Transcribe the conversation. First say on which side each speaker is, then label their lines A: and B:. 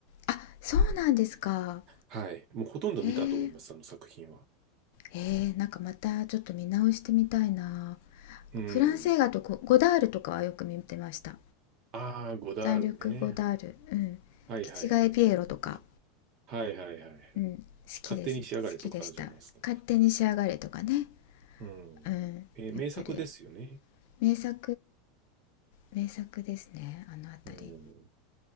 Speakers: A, on the left; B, on the right.
A: あ、そうなんですか。
B: はい。もうほとんど見たと思います、
A: へえ。
B: あの作品は。
A: へえ、なんかまたちょっと見直してみたいな。
B: うん。
A: フランス映画とゴ、ゴダールとかはよく見てました。
B: ああ、ゴダールね。
A: 残力ゴダール。うん。
B: はいはいはいはい。
A: キチガエピエロとか。
B: ゴダールはいはいはいはい。
A: うん。好きです。
B: 勝手に仕上がれとかじゃないですか。
A: 好きでした。勝手に仕上がれとかね。
B: うん。
A: うんやっぱり
B: えー名作ですよね。
A: 名作名作ですねあのあたり
B: うん。